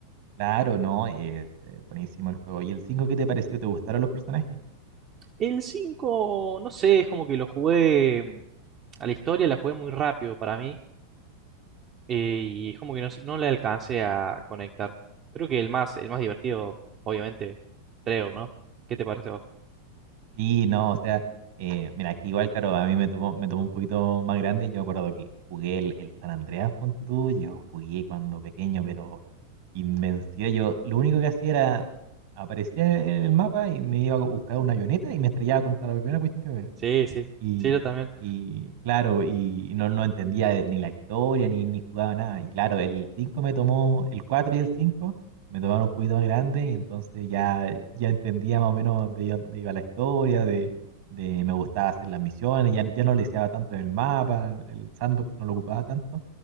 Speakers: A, on the right; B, on the right.
A: Claro, no, es eh, buenísimo el juego. ¿Y el 5 qué te pareció? ¿Te gustaron los personajes?
B: El 5 no sé, es como que lo jugué mm, a la historia, la jugué muy rápido para mí, eh, y es como que no, s- no le alcancé a conectar. Creo que el más, el más divertido, obviamente, Trevor, ¿no? ¿Qué te parece a vos?
A: Sí, no, o sea, eh, mira, aquí igual, claro, a mí me tomó, me tomó un poquito más grande. Yo me acuerdo que jugué el, el San Andreas, ponte tú, yo jugué cuando pequeño, pero invenció. Yo lo único que hacía era, aparecía en el mapa y me iba a buscar una avioneta y me estrellaba contra la primera cuestión que veía.
B: Sí, sí,
A: Y,
B: sí, yo también.
A: y claro, y no, no entendía ni la historia, ni, ni jugaba nada. Y claro, el cinco me tomó, el 4 y el 5 me tomaron un poquito más grande y entonces ya, ya entendía más o menos de dónde iba la historia, de, de me gustaba hacer las misiones, ya, ya no le deseaba tanto en el mapa, el sandbox no lo ocupaba tanto.